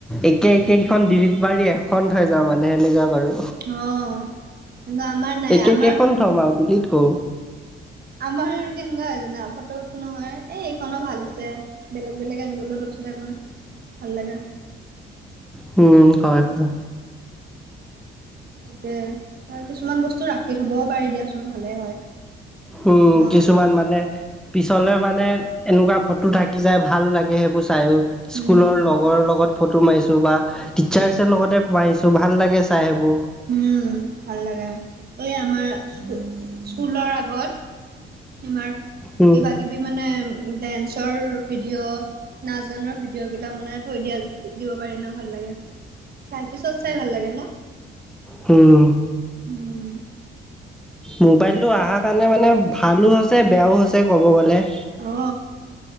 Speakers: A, in the centre; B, on the right.
A: একে একে কেইখন দিলিট মাৰী খন হৈ যাওঁ মানে সেনেকুৱা কৰু।
B: অ কিন্তু আমাৰ নাই
A: একে
B: আমাৰ
A: কেখন থম আৰু দিল্লট কোও।
B: আমাৰ আৰু কেনেকুৱা হয় জানা? ফটো উঠো নহয় এ এইখনো ভাল হৈছে, বেলেগ বেলেগ এংগলত উঠি থাকোঁ না ভাল লাগে।
A: হুম হয় হয়।
B: তাকে আৰু কিছুমান বস্তু ৰাখি থ'বও পাৰে দিয়াচোন, ভালে হয়।
A: হুম
B: ন।
A: কিছুমান মানে পিছলৈ মানে' এনেকুৱা ফটো থাকি যায় ভাল লাগে সেইবোৰ চায়ো। স্কুলৰ
B: উম
A: লগৰ লগত ফটো মাৰিছো বা, টিচাৰ্চ লগতে মাৰিছো ভাল লাগে চাই সেইবোৰ।
B: উম ভাল লাগে। এই আমাৰ স্কুলৰ আগত, তোমাৰ
A: উম
B: কিবা কিবি মানে ডেন্সৰ ভিডিঅ' নাচ গানৰ ভিডিঅ' বিলাক মানে থৈ দিয়া দিব পাৰি ন, ভাল লাগে। চাই পিছত চাই ভাল লাগে ন?
A: হুম,
B: উম
A: মোবাইলটো অহাৰ কাৰণে মানে ভালো হৈছে, বেয়াও হৈছে, ক'ব গ'লে।
B: অ